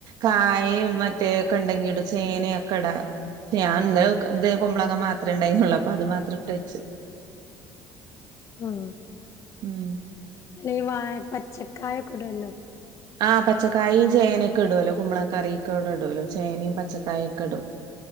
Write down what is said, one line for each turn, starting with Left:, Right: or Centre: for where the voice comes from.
Right: കായിം മറ്റേ ക്കെണ്ടെങ്കിടും. ചേന യെക്കടാ ഞാൻ ന്നലെക്കെ ത് കുമ്പളങ്ങ മാത്രേ ണ്ടായിര്ന്നുള്ളൂ അപ്പൊ അത് മാത്രം ട്ട് വെച്ച്.
Left: ആഹ്
Right: ഉം
Left: അല്ല ഈ വാഴ പച്ചക്കായക്കെ ഇ ടൊല്ലൊ.
Right: ആഹ് പച്ചക്കായിം, ചേനക്കെ ഇ ടൊലൊ. കുമ്പളക്കറീക്ക് ഔടെ ഇ ടൊലൊ. ചേനിം, പച്ചക്കായക്കെ ഇടും.